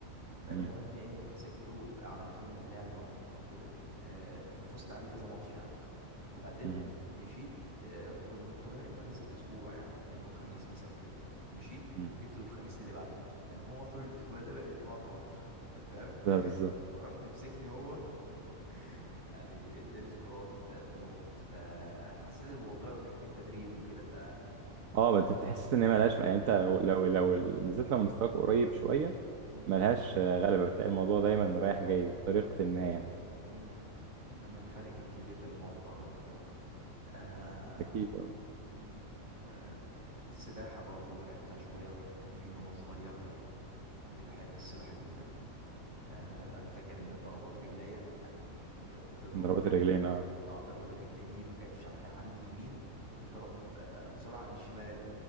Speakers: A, on the right; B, on the right.
A: فالمهم
B: مم.
A: ايه مسكته على ما فهمنا اللعبه وبتاع وكده آه، ففزت عليه كذا ماتش يعني وبعدين
B: مم.
A: مشيت آه، روح كنت كنت رايح له في اجازه اسبوع يعني كان يوم خميس مثلا كده مشيت
B: مم.
A: وجيت له الخميس اللي بعده كان هو طول الاسبوع ده بقى يتمرن <laughs> انت فاهم
B: ده بالظبط
A: رحت مسكني هو <laughs> يعني اداني سكرات موت فحسيت الموضوع محتاج تدريب وكده ف
B: اه بت- تحس ان هي ملهاش يعني انت لو لو لو بالذات لو مستواك قريب شويه
A: مم.
B: ملهاش آه، غلبة بتلاقي الموضوع دايما رايح جاي بطريقة
A: اه
B: ما يعني
A: مم. انما الفرق كان كبير لما هو اتدرب وكده آه.
B: أكيد أه
A: مم. آه. السباحة برضو لعبتها شوية رحت التمرين وانا صغير بقى كنت بحب السباحة جدا آه، انا فاكر ان ضربات رجليا يعني وانت بتضرب
B: من ضربات
A: رجليك
B: الرجلين أه
A: اه ضربات الرجلين دي ما كانتش كان عندي اليمين بتضرب آه، بسرعه عن الشمال